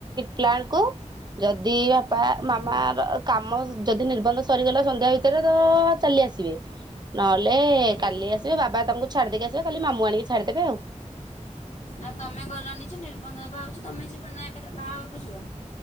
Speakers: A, on the right (about 35°); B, on the left (about 65°).
A: ପ୍ଲାଣ୍ଟ କୁ ଯଦି ବାପା ମାମାର
B: ହୁଁ
A: କାମ ଯଦି ନିର୍ବନ୍ଧ ସରିଗଲା ସନ୍ଧ୍ୟା ଭିତରେ ତ ଚାଲି ଆସିବେ। ନହେଲେ
B: ହୁଁ
A: କାଲି ଆସିବେ। ବାପା ବାବା ତାଙ୍କୁ ଛାଡିଦେଇକି ଆସିବେ ଖାଲି ମାମୁ ଆଣିକି ଛାଡିଦେବେ ଆଉ।
B: ଆଉ ତମେ ଗଲନି ଯେ ନିର୍ବନ୍ଧ ପା ହଉଚି, ତମେ ଯିବ ନା ଏକାଥରେ ବାହାଘରକୁ ଯିବ।